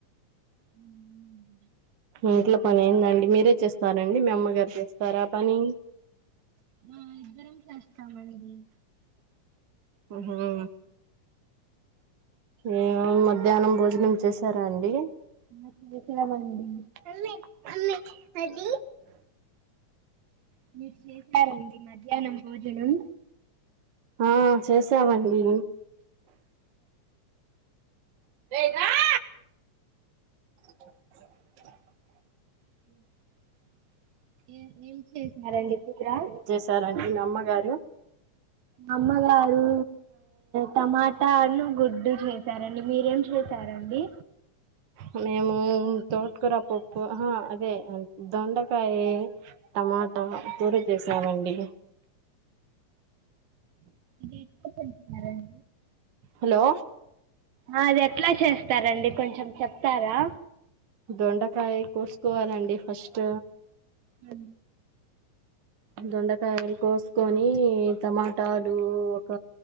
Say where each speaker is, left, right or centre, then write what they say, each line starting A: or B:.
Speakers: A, on the right; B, on the right.
A: ఉ
B: ఇంట్లో పని అయిందండి మీరే చేస్తారండి మీ అమ్మగారు చేస్తారా పనీ
A: ఆ ఇద్దరం చేస్తామండి
B: ఆ ఏమో మ ధ్యానం భోజనం చేసారా అండి
A: నా చేతిలో బందీ
B: అ అ అది
A: మీరు చేసరండి మధ్యాహ్నం భోజనం
B: ఆ చేసామండి <unintelligible> <inaudible>
A: <inaudible>
B: చేస్తారండి మీ అమ్మగారు
A: అమ్మగారు టమాటాలు గుడ్డు చే సరండి మీరేం చేసారండి
B: అ మేము తోటకూర పప్పు అదే దొండకాయ టమాటో కూర చేసామండి
A: అంటే ఇప్పుడు తింటున్నారండి
B: హలో
A: ఆ అది ఎట్లా చేస్తారండి కొంచెం చెప్తారా
B: దొండకాయ కోసుకోవాలండి ఫస్ట్
A: ఉ
B: దొండకాయలు కోసుకొని టమాటాలు ఒక